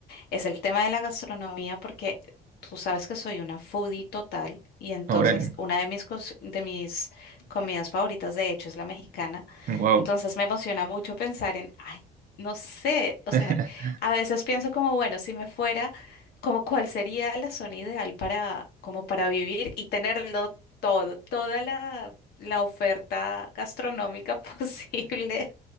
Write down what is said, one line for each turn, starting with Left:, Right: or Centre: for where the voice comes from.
Left: Es el tema de la gastronomía porque tú sabes que soy una foodie total y entonces
Right: ahora,
Left: una de mis, cos- de mis comidas favoritas de hecho es la mexicana.
Right: wow.
Left: Entonces me emociona mucho pensar en, ay, no sé, o
Right: <laughs>
Left: sea, a veces pienso como, bueno, si me fuera, como cuál sería la zona ideal para, como para vivir y tenerlo todo, toda la la oferta gastronómica <laughs> posible,